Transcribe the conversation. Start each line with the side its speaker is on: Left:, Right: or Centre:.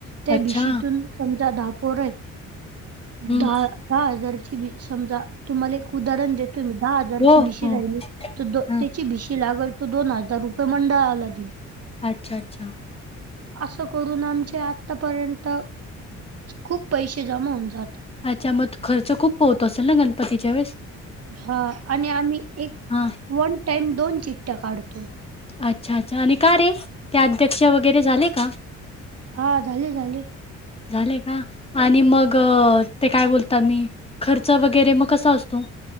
Right: त्या
Left: अच्छा.
Right: भिशीतून -- समजा दहापोर हाय
Left: हं.
Right: दहा दहा हजारची बी समजा तुम्हाला एक उदाहरण देतो मी दहा हजाराची
Left: हो,
Right: भिशी
Left: हो.
Right: राहिली तर दो
Left: हां.
Right: -- त्याची भीशी लागल तो दोन हजार रुपये मंडळाला दिल.
Left: अच्छा अच्छा
Right: असं करून आमचे आतापर्यंत खूप पैसे जमा होऊन जात
Left: अच्छा मत खर्च खूप होत असेल ना गणपतीच्या वेळेस.
Right: हां आणि आम्ही एक,
Left: हां.
Right: वन टाइम दोन चिट्टया काढतो.
Left: अच्छा अच्छा आणि का रे ते अध्यक्ष वगैरे झाले का?
Right: हां. झाले झाले.
Left: झाले का? आणि मग ते काय बोलता मी? खर्च वगैरे मग, कसा असतो?